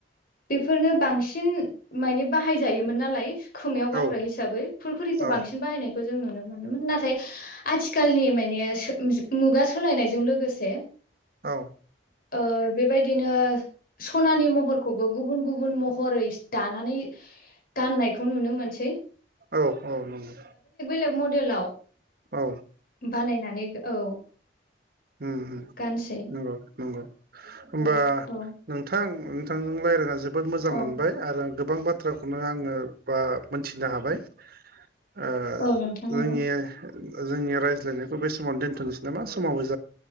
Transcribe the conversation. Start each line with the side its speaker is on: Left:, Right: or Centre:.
Left: बेफोरनो बांसिन माने बाहायजायोमोन नालाय खोमायाव गानग्रा
Right: औ
Left: हिसाबै फुलखुरिखौ
Right: औ
Left: बांसिन बायनायखौ जो जों नुनो मोनोमोन नाथाय आथिखालनि माने सो मुजो मुगा सालायनायजों लोगोसे
Right: औ
Left: ओ बेबायदिनो सनानि महरखौबो गुबुन गुबुन महरैस दानानै गाननायखौ नुनो मोनसै
Right: औ औ नंगौ
Left: लेग मदेलाव
Right: औ
Left: बानायनानै औ
Right: उम उम
Left: गानसै
Right: नंगौ नंगौ होमबा
Left: औ औ
Right: नोंथां नोंथांजों रायज्लायना जोबोद मोजां
Left: औ
Right: मोनबाय आरो गोबां बाथ्राखौनो आङो बा मोनथिनो हाबाय ओ
Left: औ नोंथां
Right: जोंनि
Left: औ
Right: जोंनि रायज्लायनायखौ बे समाव दोनथ'नोसै नामा समाबो ज